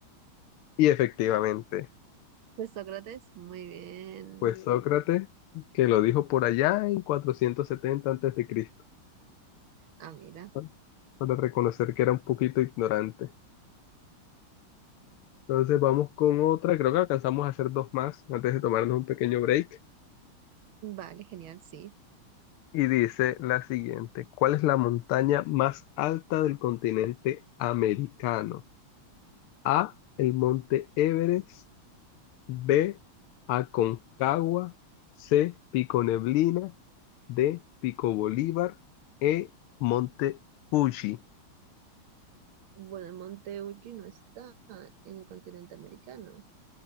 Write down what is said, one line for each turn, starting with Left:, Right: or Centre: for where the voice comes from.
Left: y efectivamente,
Right: Fue Sócrates, muy bien.
Left: pues Sócrates, que lo dijo por allá en 470 antes de Cristo,
Right: Ah, mira.
Left: ¿no? para reconocer que era un poquito ignorante. Entonces vamos con otra, creo que alcanzamos a hacer dos más antes de tomarnos un pequeño break.
Right: Vale, genial, sí.
Left: Y dice la siguiente, ¿cuál es la montaña más alta del continente americano? A, el monte Everest, B, Aconcagua, C, Pico Neblina, D, Pico Bolívar, E, Monte Fuji.
Right: Bueno, el Monte Fuji no está en el continente americano,